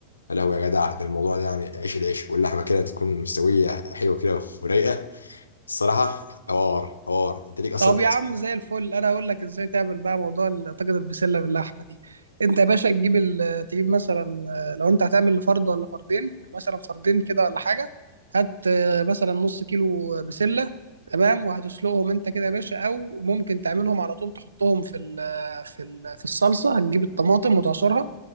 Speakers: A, on the left; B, on the right.
A: يا لهوي يا جدع ده الموضوع ده يعني عيش العيش واللحمة كده تكون مستوية حلوة كده ورايقة الصراحة حوار حوار أنت ليك أصلا
B: طب يا عم زي الفل انا اقول لك ازاي تعمل بقى موضوع ال- طاجن البسله باللحمه دي انت يا باشا تجيب ال- تجيب مثلا آه، لو انت هتعمل لفرد ولا فردين مثلا فردين كده ولا حاجه هات آه، مثلا نص كيلو بسله تمام وهتسلقهم انت كده يا باشا او ممكن تعملهم على طول تحطهم في ال في ال في الصلصه هتجيب الطماطم وتعصرها